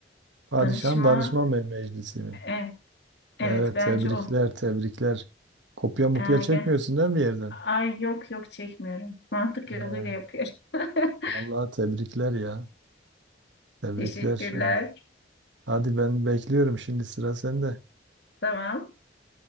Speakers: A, on the right; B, on the left.
A: Padişahın
B: danışma.
A: Danışman Bey Meclisi mi?
B: E, evet
A: Evet
B: bence
A: tebrikler
B: o.
A: tebrikler. Kopya mupya
B: Ergen.
A: çekmiyorsun değil mi bir yerden?
B: Ay yok yok çekmiyorum. Mantık yoluyla
A: Ee,
B: yapıyorum. <laughs>
A: vallahi tebrikler ya. Tebrikler.
B: Teşekkürler.
A: Evet. Hadi ben bekliyorum şimdi sıra sende.
B: Tamam.